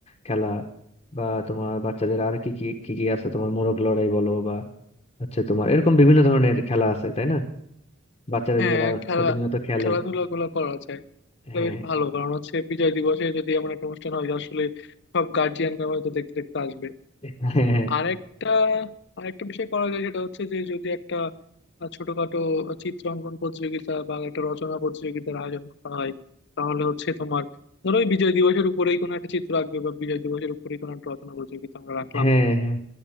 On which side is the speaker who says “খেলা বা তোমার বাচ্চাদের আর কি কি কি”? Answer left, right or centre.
Left